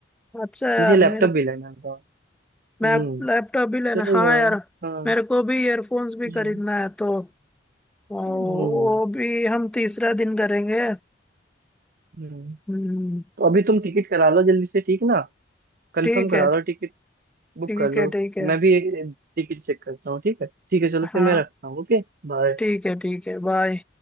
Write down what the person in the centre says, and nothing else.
अच्छा यार
मेरे
मैं
लैपटॉप भी लेना
हाँ
यार
मेरे को भी ईयरफोन्स भी
खरीदना है तो वो
वो भी हम तीसरा दिन करेंगे
हम्म,
ठीक
है
ठीक
है ठीक है
हाँ
ठीक है ठीक है बाय